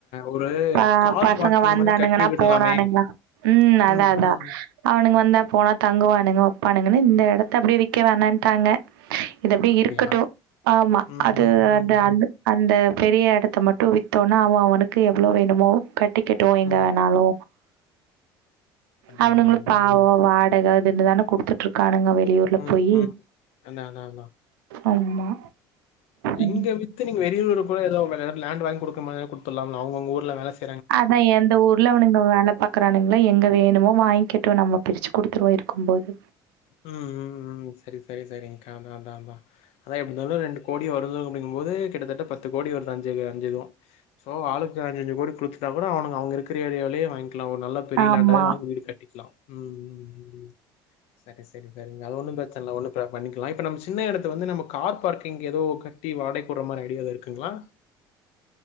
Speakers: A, on the left; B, on the right.
A: ஒரு
B: ப
A: கார்
B: பசங்க
A: பார்க்கிங்
B: வந்தானுங்கன்னா
A: மாரி கட்டி விடலாமே
B: போனானுங்கா உ அதா
A: ம்
B: அதா
A: ம்
B: அவனுங்க வந்தா போனா தங்குவானுங்க வைப்பானுங்கன்னு இந்த இடத்த அப்படியே விற்க வேணட்டாங்க இது அப்டி
A: அப்டியா
B: இருக்கட்டு ஆமா
A: ம்
B: அது
A: ம் ம்
B: அந்த
A: ம்
B: அந்த அந்த பெரிய இடத்த மட்டு வித்தோனா அவன் அவனுக்கு எவ்வளோ வேணுமோ கட்டிக்கட்டு எங்க
A: ம்
B: வேணாலு
A: அதா
B: அவுனுங்களு
A: அதா அதா
B: பாவோ
A: ம்
B: வாடக அதுஇதுன்னுதானே குடுத்துட்டு இருக்கானுங்க வெளியூர்ல போயி
A: ம் ம் அதா அதா அதா
B: ஆமா
A: இங்க
B: ம்.
A: வித்து நீங்க வெளியூர் இப்போ ஏதோ லேண்ட் வாங்கி கொடுக்குறமாரி குடுத்துரலாம்ல அவுங்க அவுங்க ஊர்ல வேலை செய்
B: அதா எந்த ஊர்லனுங்க வேலை பாக் க்ரானுங்களா எங்க வேணுமோ வாங்கிக்கட்டு நம்ம பிரிச்சு குடுத்துருவோ இருக்கு போது
A: உ உ உ சேரி சேரி சேரிங்க்கா அதா அதா அதா அதா எப்டி இருந்தாலு ரெண்டு கோடி வருதுங்குபோது கிட்டத்தட்ட பத்து கோடி வருது அஞ்சு அஞ்சுது ஸோ ஆளுக்கு அஞ்சஞ்சு கோடி கொடுத்துட்டா கூட அவுங்கக்கிற இடைாவிலையே வாங்கிக்கலா அவ நல்ல பெரிய
B: ஆமா.
A: லேண்டாவே வாங்கி வீடு கட்டிக்கலா உ உ உ சேரி சேரி சேரிங்க அது ஒன்னும் பிரச்சனை இல்ல ஒன்னு பிராப்ள பண்ணிக்கலா இப்ப நம்ம சின்ன இடத்து வந்து நம்மார் பார்க்கிங் ஏதோ கட்டி வாகைடுற மாதிரி ஐடியாவதுக்குங்களா